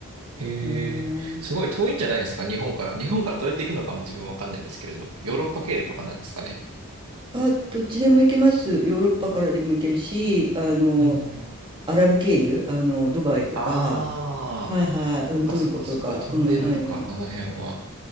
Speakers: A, on the right (about 85°); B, on the right (about 20°).
A: へえ、
B: ねえ
A: すごい遠いんじゃないですか、日本から。日本からどうやって行くのかも自分わかんないんですけれども、ヨーロッパ経由とかなんですかね。
B: あ、どっちでも行けます。ヨーロッパからでも行けるし、あの、
A: うんうん。
B: アラブ経由、あの、ドバイとか、
A: ああ、
B: はいはい、
A: そっかそっかそっか、
B: うん、トルコとか、
A: 飛んでるのか、
B: うん、まあ、いろいろ
A: あの辺は。